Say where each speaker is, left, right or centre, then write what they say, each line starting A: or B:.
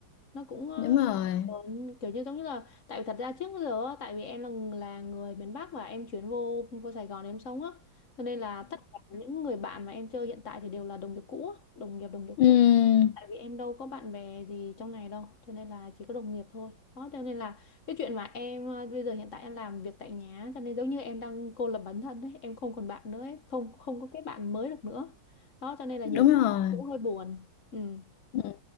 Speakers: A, on the left; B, on the left.
A: nó cũng ờ,
B: đúng rồi
A: ờ, kiểu như giống như là tại vì thật ra trước giờ á, tại vì em là là người miền Bắc và em chuyển vô vô Sài Gòn để em sống á cho nên là tất cả những người bạn mà em chơi hiện tại thì đều là đồng nghiệp cũ á, đồng nghiệp đồng nghiệp
B: Ừ,
A: cũ tại vì em đâu có bạn bè gì trong này đâu cho nên là chỉ có đồng nghiệp thôi đó cho nên là cái chuyện mà em ờ, bây giờ hiện tại em làm việc tại nhà cho nên giống như em đang cô lập bản thân ấy em không còn bạn nữa ấy. không không có cái bạn mới được nữa đó cho nên là
B: đúng
A: nhiều cái
B: rồi.
A: cũng hơi buồn ừ.
B: Ừ.